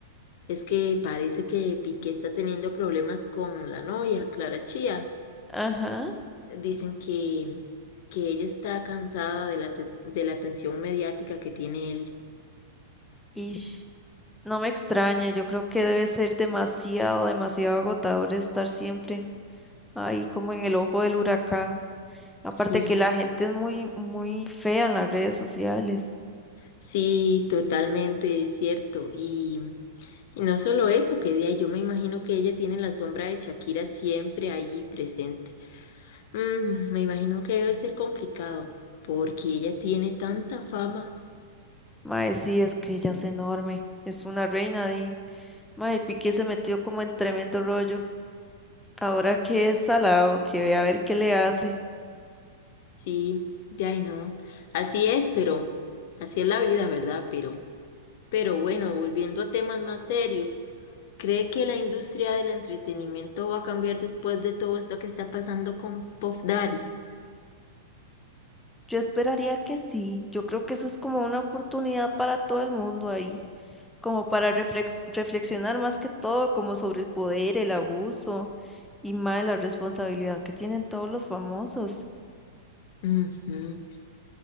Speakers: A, on the left (about 50°); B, in the centre.
A: Es que parece que Piqué está teniendo problemas con la novia, Clara Chía.
B: Ajá.
A: Dicen que, que ella está cansada de la, tes- de la atención mediática que tiene él.
B: Y no me extraña, yo creo que debe ser demasiado, demasiado agotador estar siempre ahí como en el ojo del huracán. Aparte
A: Sí,
B: que la gente es muy, muy fea en las redes sociales.
A: sí, totalmente es cierto. Y, y no solo eso, que día yo me imagino que ella tiene la sombra de Shakira siempre allí presente. Mm, me imagino que debe ser complicado, porque ella tiene tanta
B: Mm.
A: fama
B: Mae, sí, es que ella es enorme, es una reina y Mae, Piqué se metió como en tremendo rollo. Ahora que es salado, que ve a ver qué le hace.
A: Sí, ya y no. Así es, pero así es la vida, ¿verdad? Pero, pero bueno, volviendo a temas más serios, ¿cree que la industria del entretenimiento va a cambiar después de todo esto que está pasando con Puff Daddy?
B: Yo esperaría que sí. Yo creo que eso es como una oportunidad para todo el mundo ahí, como para reflex- reflexionar más que todo, como sobre el poder, el abuso y más la responsabilidad que tienen todos los famosos.
A: Ujú,